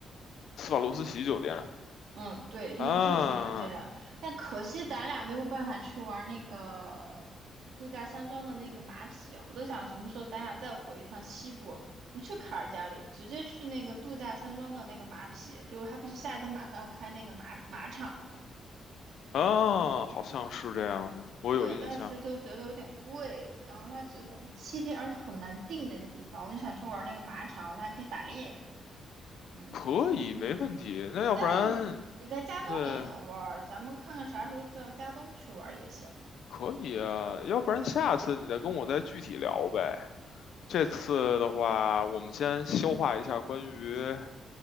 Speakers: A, on the left; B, on the right.
A: 斯瓦罗斯奇酒店
B: 嗯，对，印象最深就这两个，
A: 啊
B: 但可惜咱俩没有办法去玩那个度假山庄的那个马匹，我都想什么时候咱俩再回一趟西部，不去卡尔加里，直接去那个度假山庄的那个马匹，就还不是夏天马上要开那个马马场了吗？
A: 啊，好像是这样的，我有印象。
B: 对，但是就觉得有点贵，然后它只能七天，而且很难定那个地方。我就想去玩那个马场，它还可以打猎，嗯。
A: 可以，没问题。那要不然，
B: 但是你你在加东也能玩儿咱们看看啥时候到加东去玩儿也行。
A: 对，可以啊。要不然下次你再跟我再具体聊呗。这次的话，我们先消化一下关于